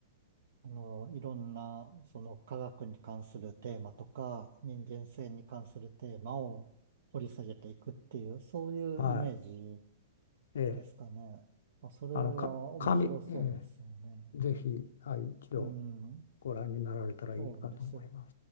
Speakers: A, on the right; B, on the left.
A: あの、いろんな、その科学に関するテーマとか、人間性に関するテーマを掘り下げていくっていう、そういうイメージ
B: はい。ええ、
A: ですかね。まあ、それは面白そうですよね。
B: あの、か、紙、ええ、ぜひ、はい、一度
A: うん。
B: ご覧になられたらいいかと思います。
A: そうです。